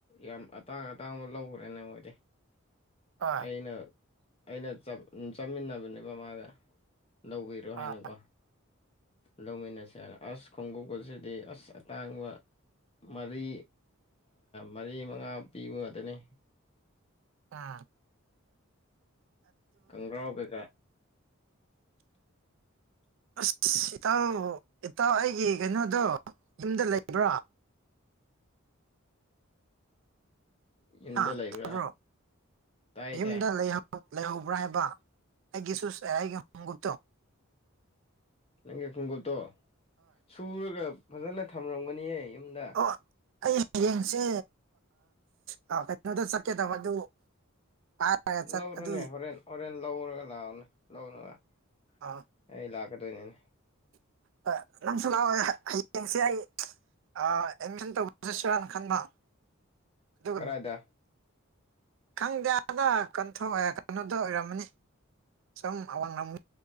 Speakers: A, on the left; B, on the right.
A: ꯌꯥꯝ ꯑꯇꯥꯡ <unintelligible> ꯑꯇꯥꯡꯕ ꯂꯧꯒ꯭ꯔꯦꯅꯦ ꯃꯣꯏꯗꯤ
B: ꯍꯣꯏ
A: ꯑꯩꯅ ꯑꯩꯅ ꯆꯞ <unintelligible> ꯆꯥꯃꯤꯟꯅꯕꯅꯦꯕ ꯃꯥꯒ ꯂꯧꯕꯤꯔꯣ
B: ꯍꯣꯏ
A: ꯍꯥꯏꯅꯀꯣ ꯂꯧꯃꯤꯟꯅꯁꯦ ꯍꯥꯏꯔ ꯑꯁ ꯈꯣꯡꯒꯨꯞ ꯑꯁꯤꯗꯤ ꯑꯁ ꯑꯇꯥꯡꯕ ꯃꯔꯤ ꯃꯔꯤ ꯃꯉꯥ ꯄꯤꯕ ꯉꯥꯛꯇꯅꯦ
B: ꯑꯥ
A: ꯈꯪꯒ꯭ꯔꯥꯎ ꯀꯩꯀꯥ <inaudible>
B: ꯑꯁ ꯏꯇꯥꯎ ꯏꯇꯥꯎ ꯑꯩꯒꯤ ꯀꯩꯅꯣꯗꯣ ꯌꯨꯝꯗ ꯂꯩꯕ꯭ꯔꯥ
A: ꯌꯨꯝꯗ
B: ꯍꯥ
A: ꯂꯩꯕ꯭ꯔꯥ
B: ꯇꯥꯕ꯭ꯔꯣ
A: ꯇꯥꯏ
B: ꯌꯨꯝꯗ
A: ꯇꯥꯏ
B: ꯂꯩꯍꯧ <unintelligible> ꯂꯩꯍꯧꯕ꯭ꯔꯥ ꯍꯥꯏꯕ ꯑꯩꯒꯤ ꯁꯨꯁ ꯑꯩꯒꯤ <unintelligible> ꯇꯣ
A: ꯅꯪꯒꯤ ꯈꯣꯡꯎꯞꯇꯣ ꯁꯨꯔꯒ ꯐꯖꯅ ꯊꯝꯂꯝꯒꯅꯤꯌꯦ ꯌꯨꯝꯗ
B: ꯑꯣ ꯑꯩ ꯍꯌꯦꯡꯁꯦ ꯀꯩꯅꯣꯗ ꯆꯠꯀꯦꯗꯕ ꯑꯗꯨ ꯄꯥꯏꯔꯒ ꯆꯠ
A: ꯂꯧꯔꯨꯅꯦ
B: ꯑꯗꯨꯏ
A: ꯍꯣꯔꯦꯟ ꯍꯣꯔꯦꯟ ꯂꯧꯔꯒ ꯂꯥꯛꯑꯣꯅꯦ <unintelligible>
B: ꯑ
A: ꯑꯩ ꯂꯥꯛ <unintelligible>
B: <unintelligible> ꯅꯪꯁꯨ ꯂꯥꯛꯑꯣ <unintelligible> ꯍꯌꯦꯡꯁꯦ ꯑꯩ <unintelligible> ꯑꯦꯗꯃꯤꯁꯟ ꯇꯧꯕ ꯆꯠꯁꯤꯔꯥꯅ ꯈꯟꯕ ꯑꯗꯨꯒ
A: ꯀꯔꯥꯏꯗ
B: ꯈꯪꯗꯦ ꯑꯥꯗ ꯀꯟꯊꯣꯛꯑꯦ ꯀꯩꯅꯣꯗꯣ ꯑꯣꯏꯔꯝꯃꯅꯤ ꯁꯨꯝ ꯑꯋꯥꯡ <unintelligible>